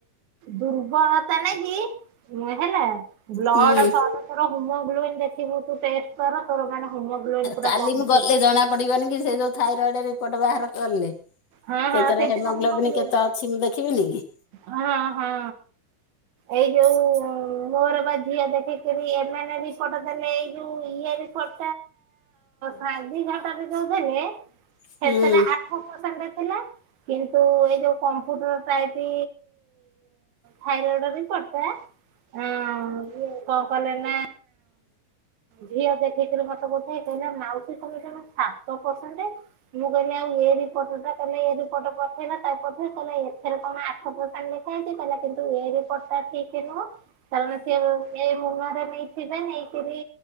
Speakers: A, on the right; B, on the left.
A: ଦୁର୍ବଳ ନ କି। ହେଲା। ବ୍ଲଡ଼
B: ହୁଁ
A: ସରସର ହୁମଗ୍ଲୋ ଦେଖିବୁ ତୁ ଟେଷ୍ଟ କର, ତୋର ହିମୋଗ୍ଲୋବିନ ପୁରା
B: କାଲି
A: କମ
B: ମୁଁ ଗଲେ
A: ଥିବ
B: ଜଣା ପଡିବନି କି, ସେ ଯୋଉ ଥାଇରଏଡ ରିପୋର୍ଟ ବାହାର କଲେ। ସେଇଥିରେ
A: ହଁ ହଁ ସେଇଥିରେ
B: ହେମୋଗ୍ଲୋବନ
A: ହିମୋଗ୍ଲୋବିନ
B: କେତେ ଅଛି ମୁଁ ଦେଖିବିନି କି।
A: ହଁ ହଁ ଏଇ ଯୋଉ ମୋର ବା ଝିଅ ଦେଖିକରି ଏମାନେ ବି ଫଟୋ ଦେଲେ ଏଇ ଯୋଉ ଇଏ ରିପୋର୍ଟ ଟା ଆଜି ନ ଟାରେ ଯୋଉ ଦେଲେ,
B: କି
A: ସେଥିରେ
B: ହୁଁ
A: ଆଠ ପେରସେଣ୍ଟ ହେଲା। କିନ୍ତୁ ଏଇ ଯୋଉ କମ୍ଫୁଟର ଟାଇପି ଥାଇରଏଡ ବି ପଡଥା କଣ କଲେ ନା ଝିଅ ଦେଖିକରି ମତେ ବୁଝେଇ କଉଥାଏ କହିଲା ମାଉସି ତମେ ଜମା ସାତ ପରସେଣ୍ଟ। ମୁଁ କହିଲି ଆଉ ଏ ରିପୋଟ ଟା ତମେ ଏ ରିପୋର୍ଟ ପଠେଇଲା ତା ପରେ କହିଲା ଏଥରେ କଣ ଆଠ ପେରସେଣ୍ଟ ଲେଖାହେଇଚି। କହିଲା କିନ୍ତୁ ଏ ରିପୋଟ ଟା ଠିକ ନୁହଁ କାରଣ ସିଏ ଏ ଫୋନରେ ନେଇଥିବେ। ନେଇକରି